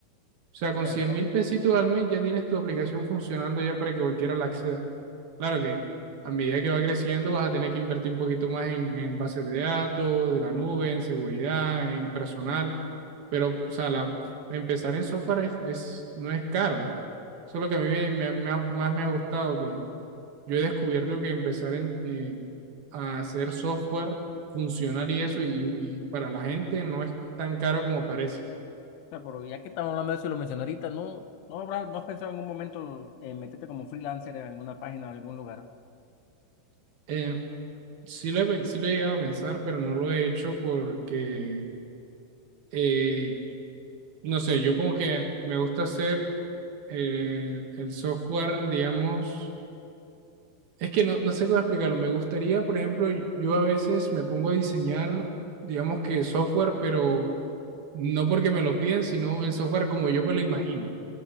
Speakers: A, on the right; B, on the left.
A: sea, con
B: cierto.
A: cien mil pesitos al mes ya tienes tu aplicación funcionando ya para que cualquiera la acceda. Claro que a medida que va creciendo vas a tener que invertir un poquito más en, en bases de datos, de la nube, en seguridad, en personal. Pero, o sea, la, empezar en software es, es- no es caro. Eso es lo que a mí me- me- me ha- más me ha gustado, que yo he descubierto
B: Mm, o
A: que empezar en, eh, a hacer software funcional y eso, y, y para la gente no es tan caro como parece.
B: sea, pero ya que estamos hablando de eso y lo mencioné ahorita, ¿no, no, habrá- no has pensado en algún momento en meterte como freelancer en alguna página o algún lugar?
A: Eh, sí lo he, pe- sí lo he llegado a pensar, pero no lo he hecho porque, eh, no sé, yo como que me gusta hacer eh, el software, digamos, es que no, no sé cómo explicarlo. Me gustaría, por ejemplo, yo a veces me pongo a diseñar, digamos que software, pero no porque me lo piden, sino el software como yo me lo imagino.